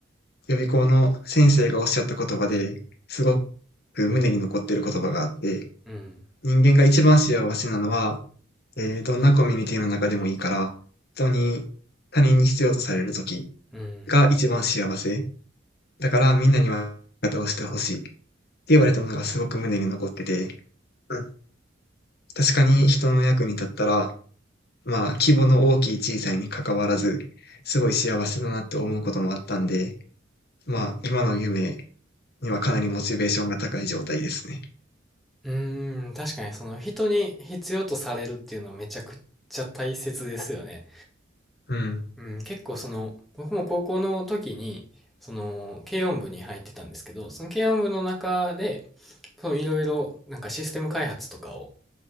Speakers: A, on the left (about 55°); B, in the centre.
A: 予備校の先生がおっしゃった言葉ですごく胸に残ってる言葉があって
B: うん。
A: 人間が一番幸せなのは、えーどんなコミュニティの中でもいいから、人に、他人に必要とされる時
B: うん、
A: が一番幸せ。だからみんなには味方をしてほしいって言われたのがすごく胸に残ってて、
B: うん、
A: うん、確かに人の役に立ったら、まあ規模の大きい小さいに関わらず、すごい幸せだなって思うこともあったんで、まあ今の夢にはかなりモチベーションが高い状態ですね。
B: うーん、確かにその人に必要とされるっていうのはめちゃくちゃ大切ですよね。
A: うん、
B: うん、結構その、僕も高校の時に、その、軽音部に入ってたんですけど、その軽音部の中で、そのいろいろなんかシステム開発とかを